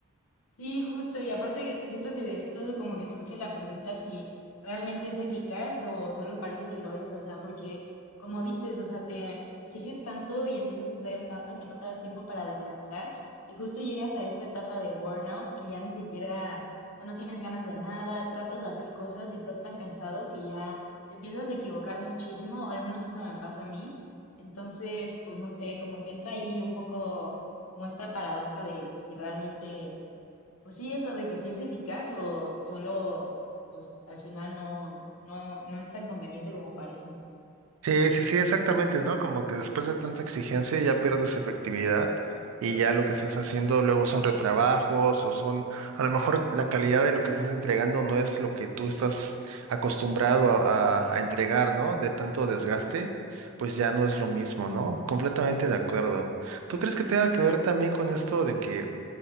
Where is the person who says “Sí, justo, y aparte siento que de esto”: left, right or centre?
Left